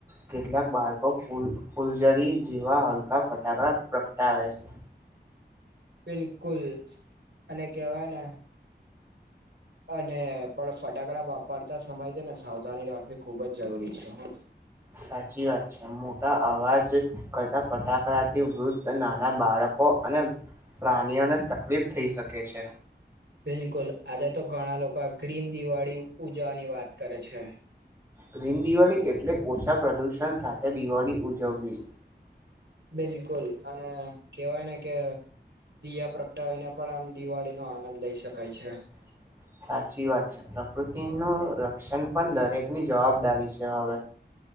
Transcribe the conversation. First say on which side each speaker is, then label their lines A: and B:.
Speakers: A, on the right (about 15°); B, on the right (about 85°).
A: કેટલાક બાળકો ફૂ ફૂલજરી જેવા હલકા ફટાકડા પ્રગટાવે છે,
B: બિલકુલ અને કેવાય ને અને પણ ફટાકડા વાપરતા સમયે છે ને સાવધાની રાખવી ખૂબ જ જરૂરી છે,
A: સાચી વાત છે મોટા અવાજ કરતા ફટાકડા થી વૃદ્ધ નાના બાળકો અને પ્રાણીઓને તકલીફ થઈ શકે છે,
B: બિલકુલ આજે તો ઘણા લોકો ગ્રીન દિવાળી ઉજવાની વાત કરે છે,
A: ગ્રીન દિવાળી એટલે ઓછા પ્રદૂષણ સાથે દિવાળી ઉજવવી
B: બિલકુલ અને કેહેવાય ને કે દીયા પ્રગટાવીને પણ આમ દિવાળી નો આનંદ લઇ શકાય છે.
A: <inaudible> સાચી વાત છે. પ્રકૃતિનું રક્ષણ પણ દરેકની જવાબદારી છે હવે.